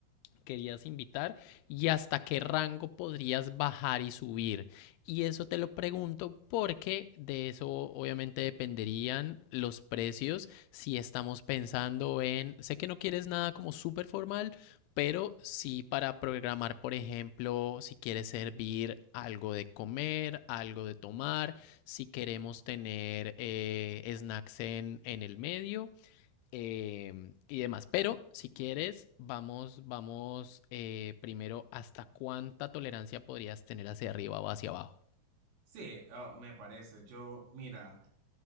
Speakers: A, on the left; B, on the right.
A: querías invitar y hasta qué rango podrías bajar y subir. Y eso te lo pregunto porque de eso obviamente dependerían los precios si estamos pensando en, sé que no quieres nada como súper formal, pero sí para programar, por ejemplo, si quieres servir algo de comer, algo de tomar, si queremos tener eh, snacks en, en el medio eh, y demás. Pero si quieres, vamos, vamos eh, primero hasta cuánta tolerancia podrías tener hacia arriba o hacia abajo.
B: Sí, ah, me parece. Yo, mira,